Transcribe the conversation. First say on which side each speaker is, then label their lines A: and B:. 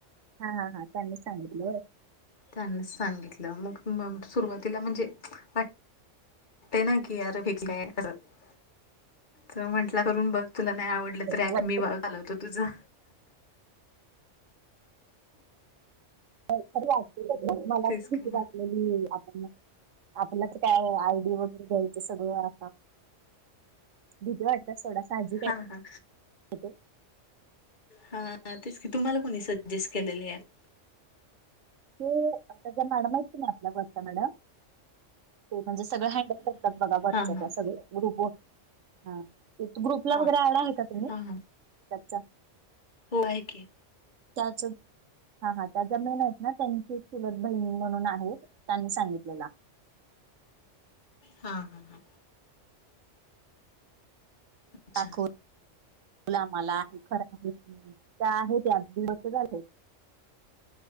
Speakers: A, on the right; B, on the left.
A: हां हां हां त्यांनी सांगितलं होय.
B: त्यांनीच सांगितलं मग म सुरुवातीला म्हणजे वा टतंय ना की <unintelligible> तर म्हटल करून बघ तुला नाही आवडलं तर ॲप
A: वा-
B: मी घालवतो तुझं.
A: <unintelligible> मला
B: तेच
A: पण भिती
B: की मग
A: वाटलेली आपण आपलच काय आयडी वगैरे घ्यायचं सगळं भीती वाटण सोडा साहजिक आहे
B: हा हा
A: तिथे.
B: हा तेच की तुम्हाला कोणी सजेस्ट केलेल हे ॲप?
A: ते आत्ताच्या मॅडम आहेत की नाही आपल्या वर्षा मॅडम ते म्हणजे सगळे हँडल कर त्यात बघा व्हॉट्सअँप
B: हा हा
A: आहेत सगळ्या गुपवर, हां. तिथं ग्रुपला
B: हा
A: वगैरे
B: हा
A: ऍड आहे का तुम्ही
B: हा
A: त्याचा
B: हो आहे की.
A: त्याच. हा हा त्या ज्या मेन आहेत ना त्यांची चुलत बहिण म्हणून आहे त्यांनी सांगितलेल.
B: हा हा. हा अच्छा
A: दाखवल आम्हाला. <unintelligible> त्या आहे त्या दीड वर्ष झाले.